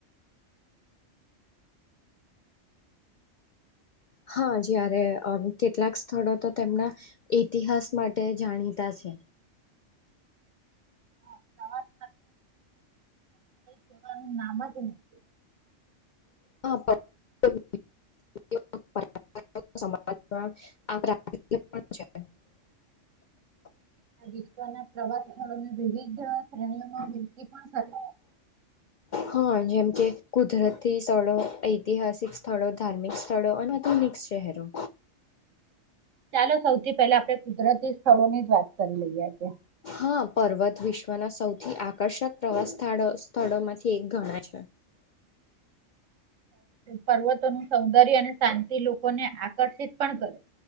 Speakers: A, on the left (about 65°); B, on the right (about 75°).
A: હા જયારે અ કેટલાક સ્થળો તો તેમના ઇતિહાસ માટે જાણીતા છે.
B: હા, પ્રવાસ જોવાનું નામ જ <unintelligible>
A: <unintelligible>
B: વિશ્વના પ્રવાસ સ્થળોની વિવિધ શ્રેણીઓ
A: હા, જેમ
B: <unintelligible>
A: કે કુદરતી સ્થળો ઐતિહાસિક સ્થળો ધાર્મિક સ્થળો અને આધુનિક શહેરો.
B: ચાલો સૌવ થી પેલા આપણે કુદરતી સ્થળોની જ વાત કરી લઈ આજે.
A: હા પર્વત વિશ્વના સૌથી આકર્ષક પ્રવાસ સ્થળ સ્થળોમાંથી એક ગણા છે.
B: પર્વત તન સૌંદર્ય અને શાંતિ લોકોને આકર્ષિત પણ કર